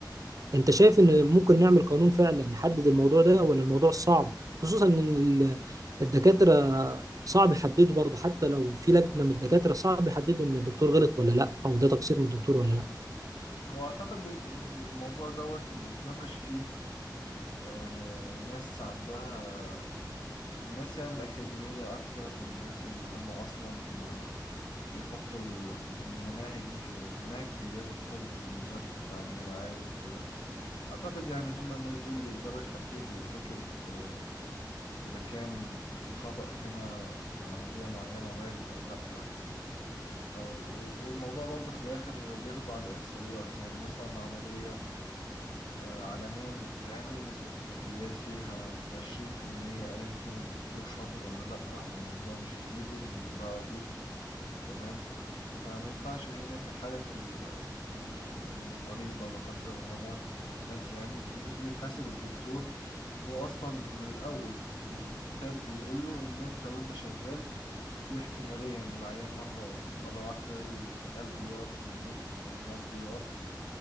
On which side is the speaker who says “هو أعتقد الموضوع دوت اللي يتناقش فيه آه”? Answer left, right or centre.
Left